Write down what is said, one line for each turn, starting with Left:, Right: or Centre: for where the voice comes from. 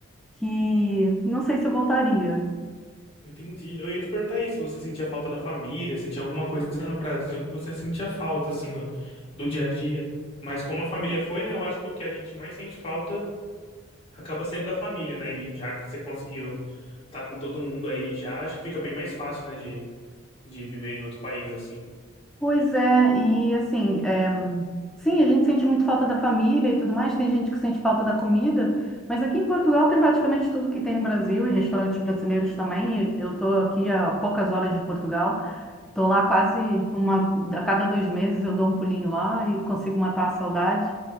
Centre: que não sei se eu voltaria.
Left: Entendi. Eu ia te perguntar isso, você sentia falta da família, se tinha alguma coisa no Brasil que você sentia falta, assim, no- do dia a dia. Mas como a família foi, né, eu acho que o que a gente mais sente falta acaba sendo da família, né? E já que você conseguiu estar com todo mundo aí já, acho que fica bem mais fácil, né, de, de viver em outro país, assim.
Centre: Pois é, e assim, é, sim, a gente sente muito falta da família e tudo mais, tem gente que sente falta da comida, mas aqui em Portugal tem praticamente tudo que tem no Brasil e restaurantes brasileiros também. e Eu estou aqui a poucas horas de Portugal, estou lá quase uma, a cada dois meses eu dou um pulinho lá e consigo matar a saudade.